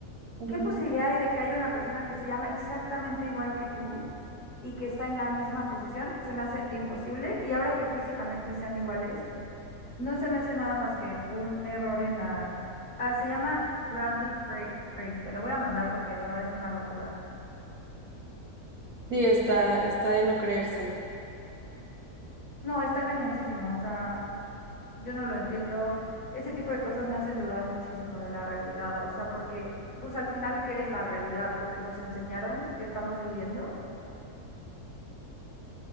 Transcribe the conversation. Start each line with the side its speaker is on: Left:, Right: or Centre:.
Right: Ujú.
Left: ¿Qué posibilidad hay de que haya una persona que se llama exactamente igual que tú y que está en la misma posición? Se me hace imposible y ahora que físicamente sean iguales, no se me hace nada más que un error en la... Ah, se llama Bradley Fre- Freak. Te lo voy a mandar porque de verdad es una locura.
Right: Sí, está, está de no creerse.
Left: No, está cañoncísimo. O sea, yo no lo entiendo. Ese tipo de cosas me hacen dudar muchísimo de la realidad. O sea, porque, pues al final, ¿qué es la realidad? Lo que nos enseñaron, que estamos viviendo,